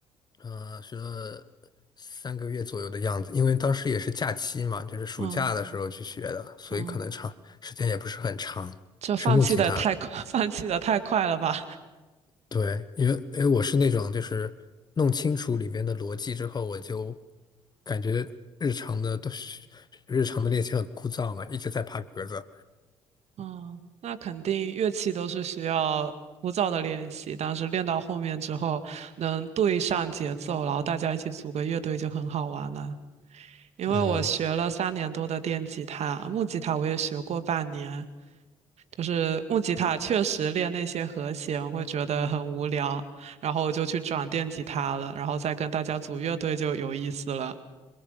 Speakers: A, on the left (about 30°); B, on the right (about 50°).
A: 嗯，学了三个月左右的样子，因为当时也是假期嘛，就是暑假的时候去学的，
B: 嗯
A: 所以可能长时间也不是很长，
B: 嗯，这放弃的太快，
A: 是木吉他。
B: <laughs> 放弃的太快了吧？
A: 对，因为因为我是那种就是弄清楚里面的逻辑之后，我就感觉日常的都是日常的练习很枯燥嘛，一直在爬格子。
B: 嗯，那肯定乐器都是需要枯燥的练习，但是练到后面之后能对上节奏，然后大家一起组个乐队就很好玩了。因为我学了三年多的电吉他，
A: 嗯，
B: 木吉他我也学过半年，就是木吉他确实练那些和弦会觉得很无聊，然后我就去转电吉他了，然后再跟大家组乐队就有意思了。